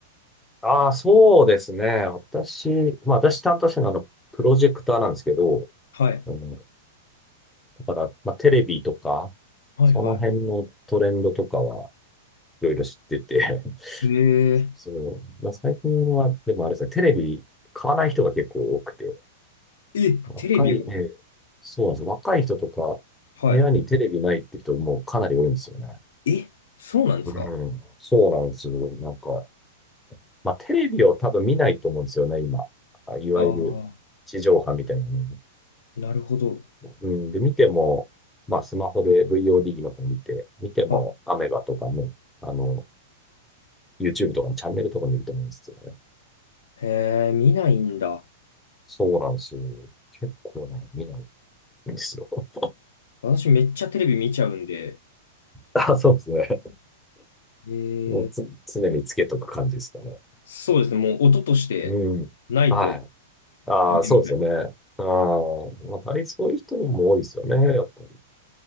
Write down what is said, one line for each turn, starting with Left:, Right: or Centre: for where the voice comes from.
Centre: ああ、そうですね。私、まあ、私担当してるのは、あの、プロジェクターなんですけど、
Left: はい。
Centre: あのだから、まあ、テレビとか、
Left: はい、
Centre: その辺のトレンドとかは
Left: は
Centre: いろいろ知ってて、<laughs>
Left: い。へえ
Centre: そう、まあ、最近は、でもあれですね、テレビ買わない人が結構多くて、
Left: ー。え、
Centre: 若い、
Left: テレビを
Centre: ええそうなんですよ。若い人とか、
Left: は
Centre: 部屋にテレビないって人もかなり多いんですよね。
Left: い。え、そうなんですか
Centre: うん、そうなんですよ。なんか、まあ、テレビを多分見ないと思うんですよね、今。あいわゆる地上波みたいなの
Left: ああー、なるほど。
Centre: うん、で、見ても、まあ、スマホで VOD の方見て、見ても、
Left: あ、
Centre: アメガとかね、あの、YouTube とかのチャンネルとか見ると思うんですよね。
Left: へえ、見ないんだ。
Centre: そうなんですよ。結構ね、見ないんですよ。
Left: 私めっちゃテレビ見ちゃうんで、
Centre: <laughs> あ、そうですね。
Left: ええ、
Centre: もうつ、常につけとく感じですかね。
Left: そうですね。もう音としてないと
Centre: うん。はい。ああ、
Left: ダメみたいな
Centre: そうですよね。ああ、まあ、大体そういう人も多いですよね、やっぱり。